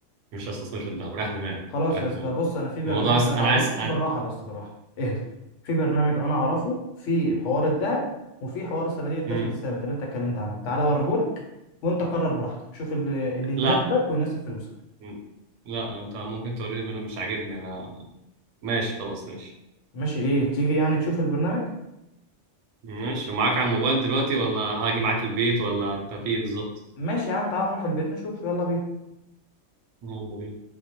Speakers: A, on the right; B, on the left.
A: مش هستثمر في الذهب رايح دماغي
B: خلاص
A: رايح
B: يا
A: دماغي
B: اسطى بص انا في برنامج
A: الموضوع س...
B: انا
A: انا
B: اعرفه
A: عايز
B: بالراحه
A: أن...
B: بس بالراحه اهدى في برنامج انا اعرفه في حوار الذهب وفي حوار صناديق الدخل
A: مم.
B: الثابت اللي انت اتكلمت عنه تعالى اوريهولك وانت قرر براحتك شوف اللي, اللي يناسبك
A: لا
B: ويناسب فلوسك
A: مم. لا انت ممكن توريني بل مش عاجبني انا ماشي خلاص ماشي
B: ماشي ايه تيجي يعني تشوف البرنامج
A: ماشي ومعاك على الموبايل دلوقتي ولا هاجي معاك البيت ولا انت في ايه بالظبط
B: ماشي يا عم تعالى نروح البيت نشوف يلا بينا
A: يلا بينا